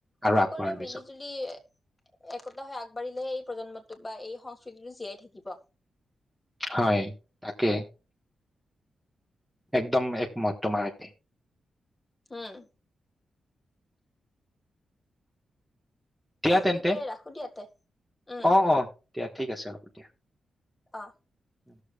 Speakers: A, in the centre; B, on the left.
A: আৰু
B: সকলোৱে
A: আগবঢ়াই লৈ
B: মিলি
A: যাওক
B: জুলি একতা হৈ আগবাঢ়িলেহে এই প্ৰজন্ম বা এই সংস্ক সতিটো জীয়াই থাকিব
A: হয় তাকে একদম এক মহত্মা ৰাইট
B: হোম
A: দিয়া
B: আজিলৈকে
A: তেন্তে
B: ৰাখো দিয়া তে উম
A: অ অ দিয়া ঠিক আছে হ'ব দিয়া
B: অ
A: উম